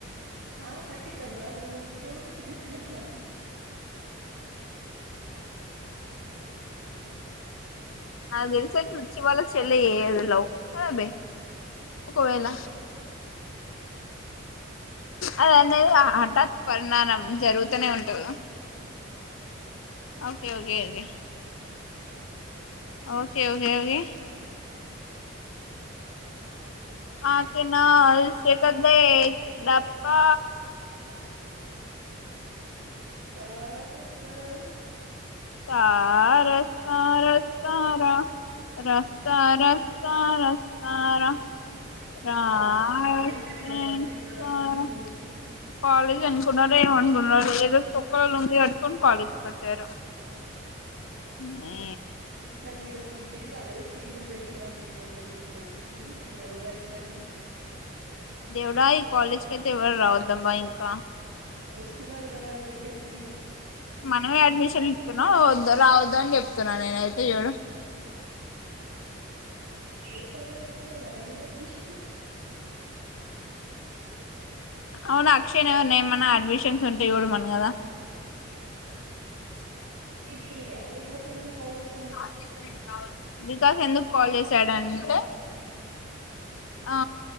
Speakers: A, on the right (about 85°); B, on the left (about 75°).
A: ఆ పట్టిద్దాం దా నువ్ మీ ఊరు నుంచి తీసుకురా
B: ఆమేకి తెలుసే <unintelligible> వాళ్ళ చెల్లి చేసేది లవ్ కాదే ఒకవేళ అది అంతేలేరా హఠాత్ పరిణానం జరుగుతూనే ఉంటంది okay okay okay okay okay okay ఆకెనాల్స్ శకత్లే డప్పా
A: సారోస్తరోస్తారా
B: సారోస్తారోస్తారా రొస్తా రొస్తా రొస్తా రా సార్
A: సా తాగిన రెండు
B: వచ్చి
A: మంది
B: ఇస్తారా
A: ఇద్దరు అనుకుంటుంది అది
B: కాలేజ్ అనుకున్నారా ఏమనుకున్నరు వాడు ఏదో తొక్కలో లుంగీ అట్టుకని కాలేజ్ కి వచ్చారు. మే
A: అస్సలు వీళ్ళ ఫుడ్ఏ బాలలేదు ఫీజులు పెంచడం వీళ్ళ ఒకరు వీళ్ళు వీళ్లు వీళ ఓవరాక్షన్లు
B: దేవుడా ఈ కాలేజ్ కైతే ఎవరు రావద్దమ్మా ఇంకా
A: వస్తున్నారు కదా అని చెప్పేసీ
B: మనమే అడ్మిషన్ ఇస్తున్నావు వద్ద రావద్ద అని చెప్తున్నా నేనైతే చూడు
A: నేను అదే అనుకున్నా మనమే అడ్మిషన్
B: అవునా అక్షయ్న్ నేమన్నా అడ్మిషన్స్ ఉంటాయి చూడమని కదా
A: ఇది వికాసమైన కాలేజ్
B: ఆస్తి ఇప్పుడు ఈడికి కావాలి. వికాస్ ఎందుకు కాల్ చేశాడంటే ఆ